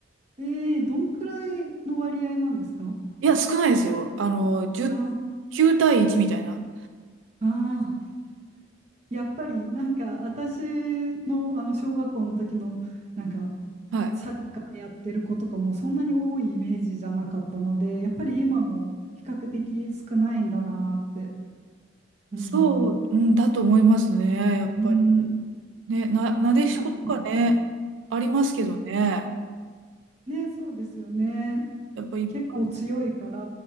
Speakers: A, on the right; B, on the right.
A: えー、どんくらいの割合なんですか
B: いや、少ないですよ。あの、10、
A: あ
B: 9対1みたいな。
A: あ、ああ。やっぱりなんか私のあの小学校の時のなんか
B: はい。
A: サッカーやってる子とかもそんなに多いイメージじゃなかったので、やっぱり今も比較的少ないんだなって。うん。
B: そう、うんだと思いますね。やっぱり。
A: うん。
B: ね、な、なでしことかね、
A: まあ、うん。
B: ありますけどね。
A: うんね、そうですよね。
B: やっぱ一般、
A: 結構強いから、